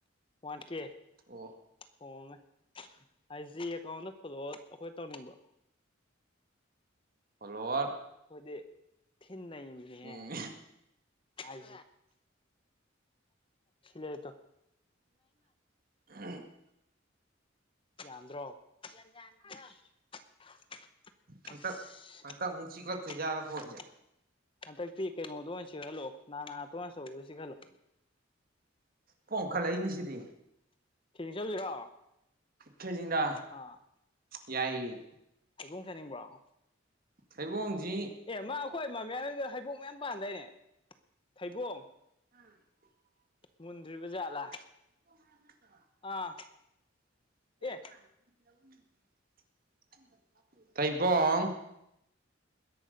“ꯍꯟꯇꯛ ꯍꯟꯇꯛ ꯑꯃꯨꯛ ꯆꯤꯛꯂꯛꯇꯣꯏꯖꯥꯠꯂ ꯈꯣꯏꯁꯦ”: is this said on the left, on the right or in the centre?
Right